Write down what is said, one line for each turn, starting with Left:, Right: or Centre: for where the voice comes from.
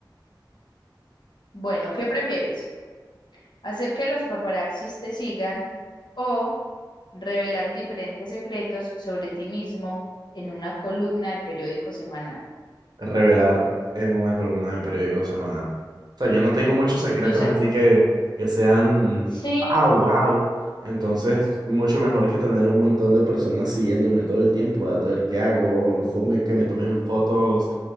Left: bueno, ¿qué prefieres? ¿Hacer que los paparazzis te sigan o revelar diferentes secretos sobre ti mismo en una columna de periódico semanal?
Right: revelar en una columna de periódico semanal. O sea, yo no tengo muchos secretos,
Left: Tú se-
Right: así que que sean
Left: Sí,
Right: wow, wow. Entonces, mucho mejor que tener un montón de personas siguiéndome todo el tiempo a ver qué hago, fo- me- que me tomen fotos